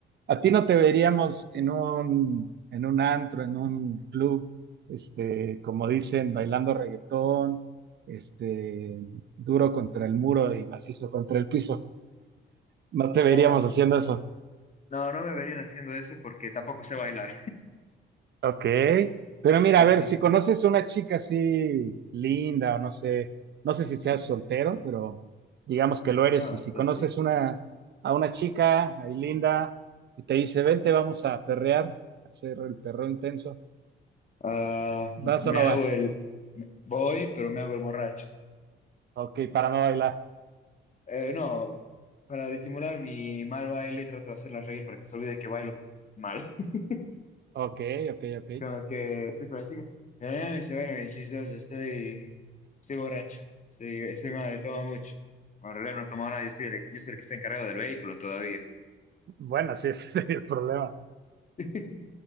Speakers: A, on the right; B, on the left.
A: a ti no te veríamos en un, en un antro, en un club, este, como dicen, bailando reggaetón, este, duro contra el muro y macizo contra el piso. No te veríamos
B: no,
A: haciendo eso.
B: no, no me verían haciendo eso porque tampoco sé bailar,
A: Ok, pero mira,
B: así
A: a ver, si conoces una chica así linda o no sé, no sé si seas soltero, pero digamos que lo eres,
B: No,
A: y si
B: sí,
A: conoces
B: sí.
A: una, a una chica ahí linda y te dice, vente, vamos a perrear, a hacer el perreo intenso,
B: Ah,
A: ¿vas
B: me
A: o no
B: hago
A: vas?
B: el... me- Voy, pero me hago el borracho.
A: Ok, para no bailar.
B: Eh, no, para disimular mi mal baile trato de hacerla reír para que se olvide que bailo mal. <laughs>
A: Ok, ok, ok.
B: Es como que estoy con la chica. Pero nada, me ve mis chistoso, estoy... Estoy borracho. Estoy, estoy mal, tomo mucho. Bueno, en realidad no he nada, yo soy el, yo soy el que está encargado del vehículo todavía.
A: Bueno, sí, <laughs> ese sería el problema.
B: <laughs>